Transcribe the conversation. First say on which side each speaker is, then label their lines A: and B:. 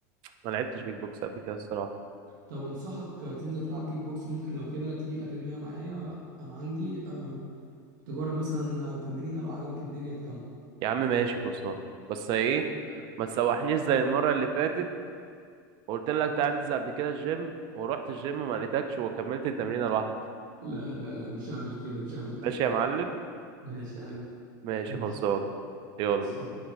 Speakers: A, on the right (about 50°); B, on the right (about 75°).
A: ما لعبتش كيك بوكس قبل كده الصراحه
B: طب انصحك آه، تنزل تلعب كيك بوكس ممكن لو كده تيجي الاكاديميه معايا آه عندي آه تجرب مثلا آه، تمرينه لو عجبك الدنيا تكمل
A: يا عم ماشي خلصان بس ايه ما تسوحنيش زي المره اللي فاتت وقلت لك تعالى ننزل قبل كده الجيم ورحت الجيم وما لقيتكش وكملت التمرين لوحدي
B: لا لا لا مش هعمل كده مش هعمل
A: ماشي
B: كده
A: يا معلم
B: ماشي يا حبيبي
A: ماشي
B: ماشي
A: خلصان يلا
B: بس